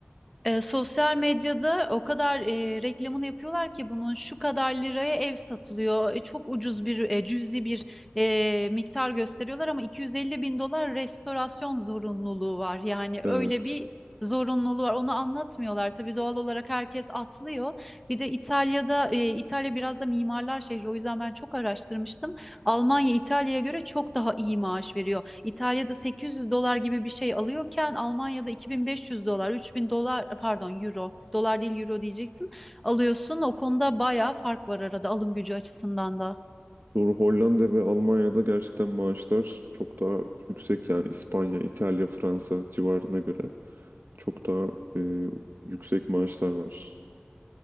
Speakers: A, in the centre; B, on the right (about 60°).
A: e, sosyal medyada o kadar e, reklamını yapıyorlar ki bunun şu kadar liraya ev satılıyor. E, çok ucuz bir e, cüzi bir e, miktar gösteriyorlar ama 250 bin dolar restorasyon zorunluluğu var. Yani
B: Evet.
A: öyle bir zorunluluğu var. Onu anlatmıyorlar. Tabii doğal olarak herkes atlıyor. Bir de İtalya'da e, İtalya biraz da mimarlar şehri. O yüzden ben çok araştırmıştım. Almanya İtalya'ya göre çok daha iyi maaş veriyor. İtalya'da 800 dolar gibi bir şey alıyorken Almanya'da 2500 dolar, 3000 dolar pardon euro, dolar değil euro diyecektim. Alıyorsun. O konuda bayağı fark var arada alım gücü açısından da.
B: Doğru Hollanda ve Almanya'da gerçekten maaşlar çok daha yüksek yani İspanya, İtalya, Fransa civarına göre. Çok daha e, yüksek maaşlar var.